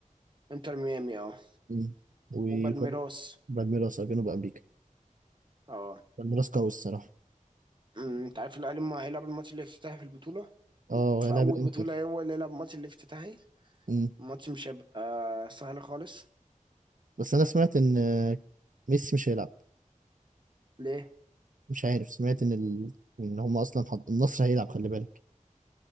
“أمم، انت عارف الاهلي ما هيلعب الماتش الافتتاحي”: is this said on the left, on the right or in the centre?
Right